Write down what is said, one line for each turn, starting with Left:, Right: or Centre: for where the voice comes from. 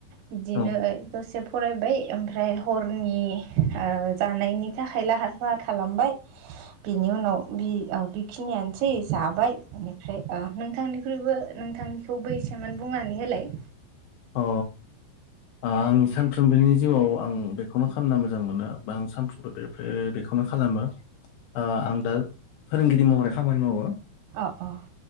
Right: बिदिनो
Left: औ
Right: दसे फरायबाय ओमफ्राय हरनि ओ जानायनि थाखाय लाहार फाहार खालामबाय बिनि उनाव बि ओ बेखिनियानोसै जाबाय बिनिफ्राय ओ नोंथांनि खैबो नोंथांनिखौ इसेमान बुंनानै होलाय?
Left: औ। आं सानफ्रोमबोनि जिउआव आं बेखौनो खालामना मोजां मोनो बा आं सानफ्रोमबो बे बेबेखौनो खालामो ओ आं दा फोरोंगिरि महरै खामानि मावो।
Right: अ अ।